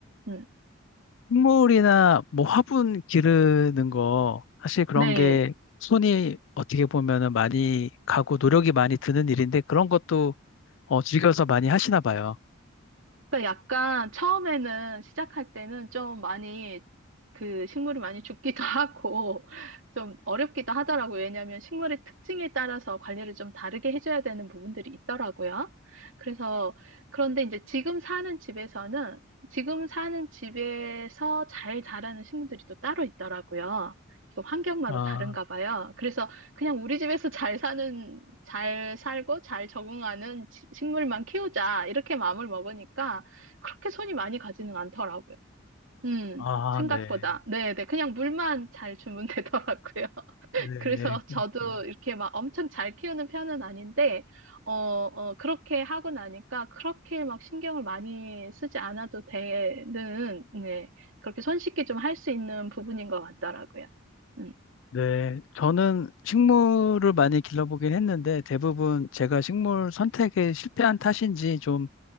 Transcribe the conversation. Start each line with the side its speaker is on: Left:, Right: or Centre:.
Right: 음.
Left: 식물이나 뭐 화분 기르는 거 사실 그런
Right: 네.
Left: 게 손이 어떻게 보면은 많이 가고 노력이 많이 드는 일인데 그런 것도 어, 즐겨서 많이 하시나 봐요.
Right: 그러니까 약간 처음에는 시작할 때는 좀 많이 그 식물이 많이 죽기도 <laughs> 하고 좀 어렵기도 하더라고요. 왜냐하면 식물의 특징에 따라서 관리를 좀 다르게 해줘야 되는 부분들이 있더라고요. 그래서 그런데 이제 지금 사는 집에서는 지금 사는 집에서 잘 자라는 식물들이 또 따로 있더라고요. 이거 환경마다
Left: 아.
Right: 다른가 봐요. 그래서 그냥 우리 집에서 잘 사는, 잘 살고 잘 적응하는 지- 식물만 키우자. 이렇게 마음을 먹으니까 그렇게 손이 많이 가지는 않더라고요. 음,
Left: 아,
Right: 생각보다.
Left: 네.
Right: 네네. 그냥 물만 잘 주면 <laughs> 되더라고요.
Left: 네.
Right: 그래서 저도
Left: 그렇구나.
Right: 이렇게 막 엄청 잘 키우는 편은 아닌데, 어, 어, 그렇게 하고 나니까 그렇게 막 신경을 많이 쓰지 않아도 되는, 네. 그렇게 손쉽게 좀 할 수 있는 부분인 것 같더라고요. 음.
Left: 네. 저는 식물을 많이 길러보긴 했는데 대부분 제가 식물 선택에 실패한 탓인지 좀